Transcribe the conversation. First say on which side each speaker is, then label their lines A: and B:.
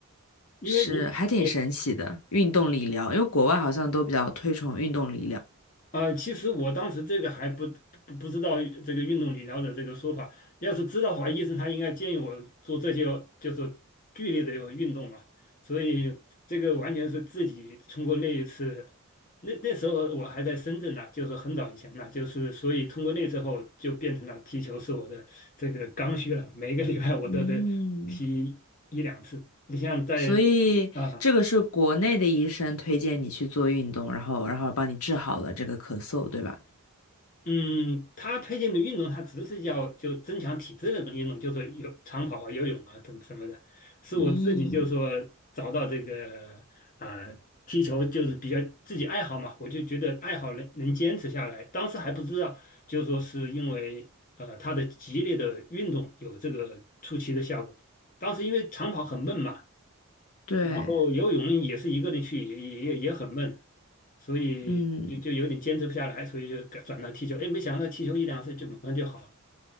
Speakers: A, on the left; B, on the left.
A: 因为你呃。
B: 是还挺神奇的运动理疗，因为国外好像都比较推崇运动理疗。
A: 呃，其实我当时这个还不不不知道这个运动理疗的这个说法。要是知道的话，医生他应该建议我做这些就是剧烈的运动嘛。所以这个完全是自己通过那一次，那那时候我还在深圳呢，就是很早以前呢，就是所以通过那时候就变成了踢球是我的这个刚需了，每个礼拜我都得踢一两次。
B: 嗯，
A: 你像在啊。
B: 所以这个是国内的医生推荐你去做运动，然后然后帮你治好了这个咳嗽，对吧？
A: 嗯，他推荐的运动，他只是要就增强体质那种运动，就是有长跑啊、游泳啊等什么的。是我自己就说找到这个啊、
B: 嗯，
A: 踢球就是比较自己爱好嘛，我就觉得爱好能能坚持下来。当时还不知道，就说是因为呃他的激烈的运动有这个出奇的效果。当时因为长跑很闷嘛，
B: 对，
A: 然后游泳也是一个人去，也也也也很闷，所以就就有点坚持不下来，
B: 嗯，
A: 所以就改转到踢球。哎，没想到踢球一两次就马上就好了。